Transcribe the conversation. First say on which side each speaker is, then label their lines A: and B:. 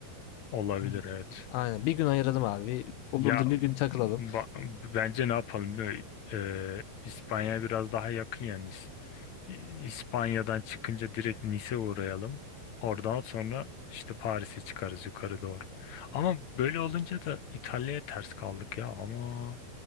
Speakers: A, on the left (about 60°); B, on the left (about 80°).
A: olabilir
B: Hı.
A: evet.
B: Aynen bir gün ayıralım abi. O
A: Ya
B: burada bir gün takılalım.
A: ba- bence ne yapalım biliyor musun? Ee, İspanya biraz daha yakın yani. İs- İspanya'dan çıkınca direkt Nice uğrayalım. Oradan sonra işte Paris'e çıkarız yukarı doğru. Ama böyle olunca da İtalya'ya ters kaldık ya. Ama